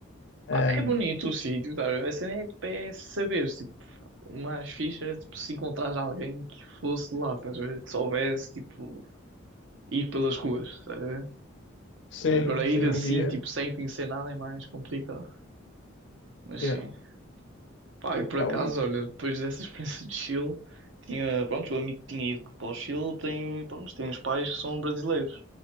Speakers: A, on the left; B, on the right.
A: Ahm,
B: É bonito o sítio, tá a ver? A cena é, tipo, é saber, tipo, umas fichas, tipo, se encontrares alguém que fosse de lá, estás a ver? Que soubesse, tipo, ir pelas ruas, estás a ver?
A: sim,
B: Agora ir
A: sim,
B: assim,
A: um guia.
B: tipo, sem conhecer nada é mais complicado. Mas
A: Yeah.
B: sim. Pá, e por
A: Ah,
B: acaso,
A: um,
B: olha, depois dessa experiência de Chile, tinha, pronto, o amigo que tinha ido para o Chile tem, pronto, tem uns pais que são brasileiros.